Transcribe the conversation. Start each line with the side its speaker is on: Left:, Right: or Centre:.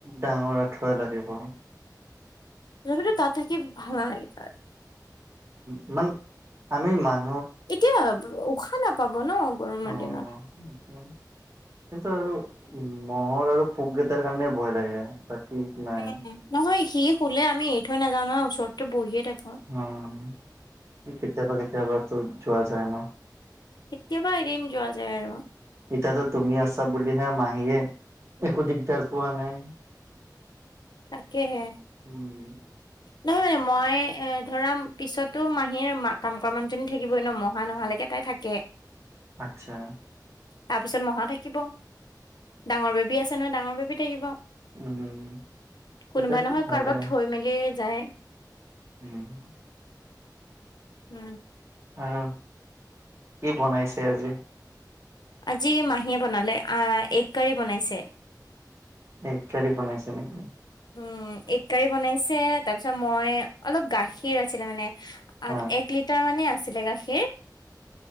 Right: ডাঙৰ আঁঠুৱা লাগিব।
Left: তথািপ তাত থাকি ভাল নালাগে তাৰ।
Right: ইমান আমি ইমান
Left: এতিয়া উশাহ নাপাব ন গৰমৰ
Right: অঁ
Left: দিনত
Right: কিন্তু, আৰু উ মহৰ আৰু পোককেইটাৰ কাৰণে ভয় লাগে বাকী নাই
Left: উম নহয় সি শুলে আমি এৰি থৈ নাযাও নহয়, ওচৰতে বহিয়ে থাকোঁ।
Right: উম কেতিয়াবা কেতিয়াবাটো যোৱা যায় ন।
Left: কেতিয়াবা এদিন যোৱা যায় আৰু।
Right: ইতো <unintelligible> তুমি আছাঁ বুলিহে মাহীয়ে একো দিগদাৰ পোৱা নাই।
Left: তাকেহে।
Right: উম।
Left: নহয় মানে মই এ ধৰা পিছতো মাহীৰ মাক কাম কৰা মানুহজনী থাকিবই ন মহা নোহালৈকে তাই থাকে।
Right: আচ্ছা।
Left: তাৰ পিছত মহা থাকিব। ডাঙৰ বেবী আছে নহয়, ডাঙৰ বেবী থাকিব।
Right: উম! তেতিয়াতো
Left: কোনোবা নহয়,
Right: ভালে
Left: কাৰোবাক থৈ মেলিয়ে যায়।
Right: উম!
Left: উম!
Right: আৰু কি বনাইছে আজি?
Left: আজি মাহীয়ে বনালে, আঁ এগ কাৰী বনাইছে।
Right: এই কাৰী বনাইছে নেকি?
Left: উম, এগ কাৰী বনাইছে। তাৰপিছত, মই অলপ, গাখীৰ আছিলে মানে। আৰু
Right: অ
Left: এক লিটাৰ মানেই, আছিলে গাখীৰ।